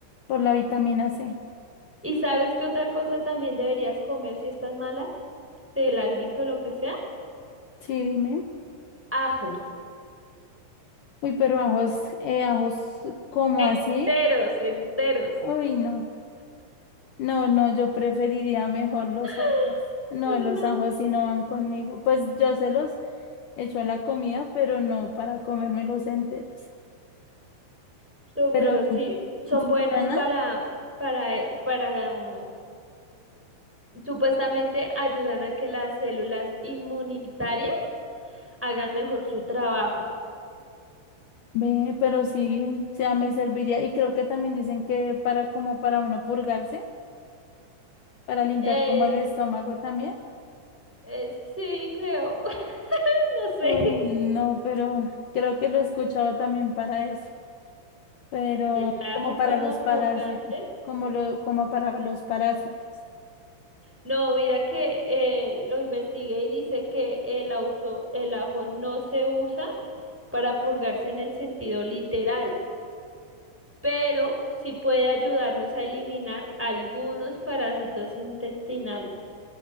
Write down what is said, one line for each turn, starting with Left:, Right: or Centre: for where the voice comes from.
Left: por la vitamina C.
Centre: ¿Y sabes qué otra cosa también deberías comer si estás mala? De la gripe o lo que sea.
Left: Sí, dime.
Centre: Ajos.
Left: Uy, pero ajos, eh, ajos como
Centre: Enteros,
Left: así.
Centre: enteros. <gasps>
Left: Uy, no. No, no, yo preferiría mejor los
Centre: <laughs>
Left: otros. No,
Centre: No,
Left: los
Centre: no,
Left: ajos sí no van conmigo. Pues yo se los echo a la comida, pero no para comérmelos enteros.
Centre: no,
Left: Pero
Centre: pero sí, son
Left: funciona,
Centre: buenos para, para, eh, para, mm, supuestamente ayudan a que las células inmunitarias hagan mejor su trabajo.
Left: ve, pero sí, o sea, me serviría. Y creo que también dicen que para como para uno purgarse. para limpiar
Centre: Eh,
Left: como el estómago también.
Centre: eh, sí, creo, <laughs> no sé,
Left: Uy, no, pero creo que lo he escuchado también para eso, pero
Centre: el ajo
Left: como para
Centre: como
Left: los parásitos,
Centre: purgante.
Left: como lo, como para los parásitos.
Centre: No, mira que eh, lo investigué y dice que el, auso- el ajo no se usa para purgarse en el sentido literal, pero sí puede ayudarnos a eliminar algunos parásitos intestinales.